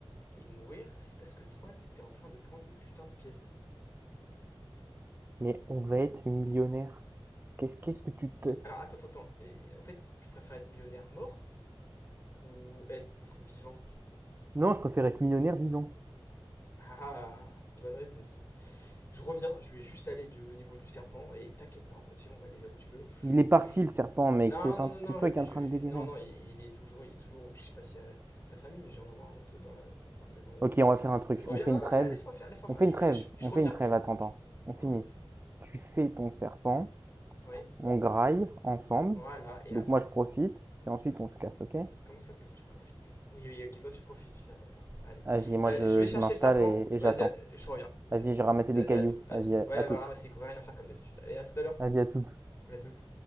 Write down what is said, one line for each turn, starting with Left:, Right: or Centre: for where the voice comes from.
Left: et mourir, c'est parce que toi, t'étais en train de prendre les putains de pièces.
Right: Mais on va être millionnaire. Qu'est-ce qu'est-ce que tu te-
Left: Alors attends, attends, attends. Et, en fait, tu préfères être millionnaire mort ou être vivant
Right: Non, je préfère être millionnaire vivant.
Left: Ah, bonne réponse. Je reviens, je vais juste aller du, au niveau du serpent et t'inquiète pas, En fait, si on va aller là où tu veux.
Right: Il est parti
Left: Ju-
Right: le serpent, mec.
Left: Non,
Right: T'es
Left: non,
Right: en-
Left: non, non,
Right: c'est toi qui
Left: je,
Right: es en
Left: je-
Right: train de délirer.
Left: non, non, il, il est toujours, il est toujours, je sais pas si à sa famille, mais je viens d'en voir un autre dans, la- dans le même endroit.
Right: Ok, on va faire un truc.
Left: Je reviens,
Right: On fait
Left: non,
Right: une
Left: non,
Right: trêve.
Left: laisse-moi faire, laisse-moi
Right: On
Left: faire,
Right: fait
Left: je,
Right: une trêve.
Left: vais- je, je
Right: On
Left: reviens,
Right: fait une trêve,
Left: je,
Right: attends, attends.
Left: je-
Right: On finit.
Left: Quoi?
Right: Tu fais ton serpent.
Left: Oui,
Right: On graille ensemble.
Left: voilà, et
Right: Donc
Left: après?
Right: moi, je profite. Et ensuite, on se casse, ok?
Left: Comment ça, toi, tu profites? Oui, oui, ok, toi, tu profites, fils à papa. Allez,
Right: Vas-y, moi,
Left: Euh,
Right: je,
Left: je vais
Right: je
Left: chercher
Right: m'installe
Left: le serpent,
Right: et, et j'attends.
Left: vas-y, à- je reviens,
Right: Vas-y,
Left: vas-y,
Right: j'ai ramassé des
Left: vas-y,
Right: cailloux.
Left: à tout, à
Right: Vas-y,
Left: toutes,
Right: à,
Left: ouais,
Right: à tout.
Left: va ramasser, on va rien faire comme d'habitude. Allez, à tout à l'heure,
Right: Vas-y, à toutes.
Left: à toutes.